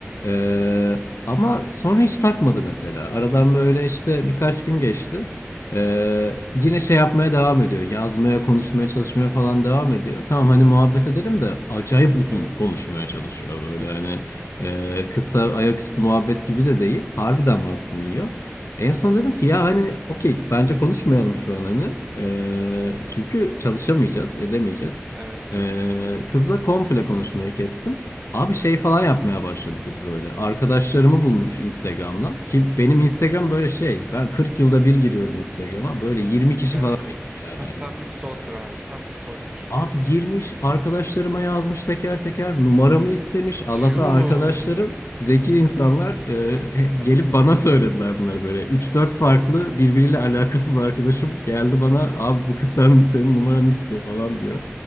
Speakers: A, on the left (about 75°); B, on the right (about 20°).
A: Ee, ama sonra hiç takmadı mesela. Aradan böyle işte birkaç gün geçti. Ee,
B: Evet.
A: yine şey yapmaya devam ediyor. Yazmaya, konuşmaya, çalışmaya falan devam ediyor. Tamam hani muhabbet edelim de acayip uzun
B: Evet.
A: konuşmaya çalışıyor böyle hani e, kısa ayaküstü muhabbet gibi de değil. Harbiden vaktimi yiyor. En son dedim ki ya hani okey bence konuşmayalım şu an hani. Ee, çünkü çalışamayacağız, edemeyeceğiz.
B: Evet.
A: Ee, kızla komple konuşmayı kestim. Abi şey falan yapmaya başladı kız böyle. Arkadaşlarımı bulmuş Instagram'dan. Ki benim Instagram böyle şey. Ben 40 yılda bir giriyorum Instagram'a. Böyle 20 kişi
B: Evet.
A: falan ekli yani.
B: Ta-
A: Hani
B: tam
A: Instagram'a.
B: bir stalker abi. Tam bir stalker.
A: Abi girmiş arkadaşlarıma yazmış teker teker numaramı istemiş. Allah'tan
B: Yuu.
A: arkadaşlarım zeki insanlar e,
B: <laughs>
A: he- gelip bana söylediler bunları böyle. üç dört farklı birbiriyle alakasız arkadaşım geldi bana abi bu kız sen, senin numaranı istiyor falan diyor.